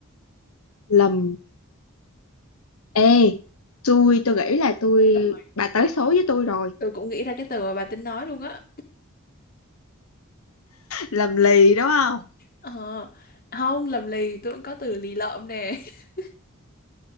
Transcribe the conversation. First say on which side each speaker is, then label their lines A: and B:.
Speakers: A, on the left (about 90°); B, on the left (about 45°).
A: lầm Ê, tôi tôi nghĩ là tôi
B: <laughs> rồi
A: bà tới số với tôi rồi.
B: tôi cũng nghĩ ra cái từ mà bà tính nói luôn á
A: Làm lì đúng không?
B: Ờ, không, lầm lì, tôi cũng có từ lì lợm nè. <laughs>